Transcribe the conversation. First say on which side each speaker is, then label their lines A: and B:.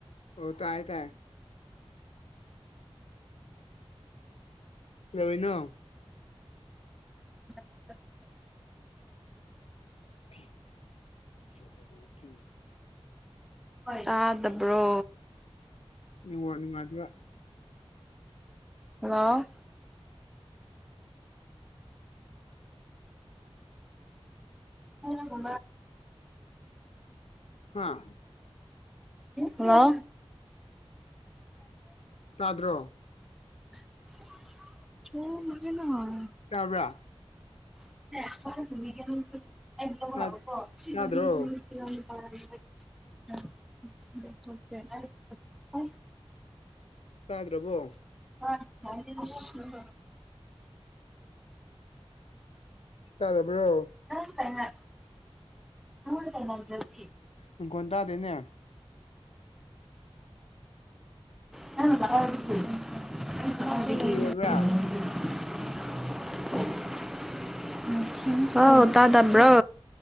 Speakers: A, on the left (about 85°); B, in the centre.
A: ꯑꯣ ꯇꯥꯏ ꯇꯥꯏ ꯀꯩꯗꯧꯔꯤꯅꯣ꯫
B: <unintelligible>
A: ꯍꯥꯥ ꯆꯥꯎꯋꯦ ꯇꯨ
B: ꯇꯥꯗꯕ꯭ꯔꯣ꯫
A: ꯅꯦꯠꯋꯥꯛ ꯅꯨꯡꯉꯥꯏꯇꯕ
B: ꯍꯜꯂꯣ꯫ ꯍꯜꯂꯣ
A: ꯍꯥꯥ
B: ꯍꯜꯂꯣ꯫
A: ꯇꯥꯗ꯭ꯔꯣ
B: <unintelligible>
A: ꯇꯥꯕ꯭ꯔꯥ
B: <unintelligible>
A: ꯇꯥ ꯇꯥꯗ꯭ꯔꯣ
B: <unintelligible>
A: ꯇꯗ꯭ꯔꯕꯣ꯫
B: <unintelligible>
A: ꯇꯥꯗꯕ꯭ꯔꯣ꯫
B: <unintelligible>
A: ꯃꯈꯣꯟ ꯇꯥꯥꯗꯦꯅꯦ꯫
B: <unintelligible>
A: ꯕꯤꯖꯤ ꯑꯣꯏꯕ꯭ꯔꯥ
B: ꯍꯜꯂꯣ ꯇꯥꯗꯕ꯭ꯔꯣ